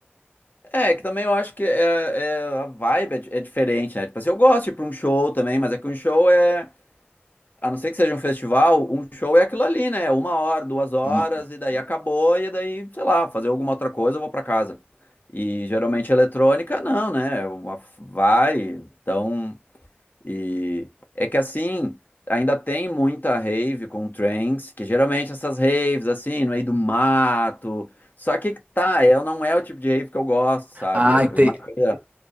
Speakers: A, on the left; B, on the right.
A: é que também eu acho que é, é- a vibe é, di- é diferente, né? Tipo assim, eu gosto de ir pra um show também, mas é que um show é A não ser que seja um festival, um show é aquilo ali, né? Uma hora, duas horas,
B: uma-
A: e daí acabou, e daí, sei lá, fazer alguma outra coisa, eu vou pra casa. E geralmente eletrônica, não, né? Uma, vai, então. E é que assim, ainda tem muita rave com trance, que geralmente essas raves, assim, no meio do mato. Só que tá, é, não é o tipo de rave que eu gosto, sabe?
B: Ah,
A: Eu-
B: entendi.
A: Uma coisa